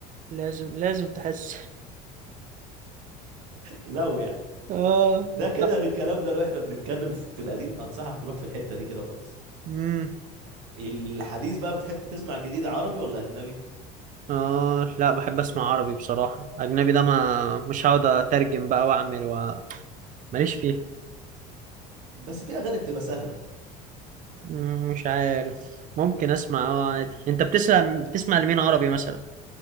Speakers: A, on the right; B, on the right.
A: لازم لازم تحس
B: لو يعني
A: <laughs>
B: ده كده الكلام ده لو احنا بنتكلم في القديم انصحك تروح في الحتة دي كده خالص
A: اه
B: الحديث بقى بتحب تسمع جديد عربي ولا أجنبي
A: آه لا بحب أسمع عربي بصراحة أجنبي ده ما مش هقعد أترجم بقى وأعمل و... ماليش فيه
B: بس في أغاني بتبقى سهلة
A: مم، مش عارف ممكن أسمع أه عادي أنت بتسمع بتسمع لمين عربي مثلا؟